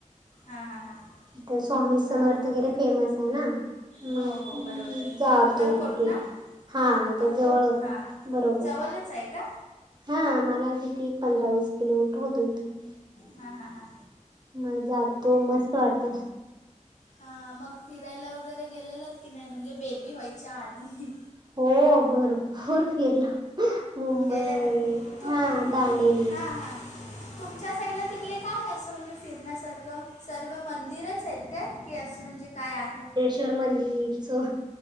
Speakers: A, on the left; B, on the right.
A: हां हां हां.
B: तर स्वामी
A: हां
B: समर्थ वगैरे फेमस आहे ना.
A: हो
B: मग
A: हो बरोबर
B: जातो
A: अक्कलकोट
B: तिथे
A: ना
B: हा
A: अक्कलकोट
B: याच्यात जवळ होत
A: हां
B: बरोबर.
A: जवळच आहे का?
B: हा आ मला तिथी पंधरा वीस किलोमीटर होतो ई
A: हां हां हां
B: मग जात तो मस्त वाटते.
A: हा मग फिरायला वगैरे गेलेलंत की नाही म्हणजे बेबी व्हायच्या आधी
B: हो भरपूर फिरलो. मुंबई
A: गेलेलंत तुम
B: हा दांडेली
A: तुम हां हां. तुमच्या साईडला तिकडे काय आहे असं म्हणजे फिरण्यासारखं सर्व मंदिरच आहेत. काय की असं म्हणजे काय आहे.
B: श मंदिर स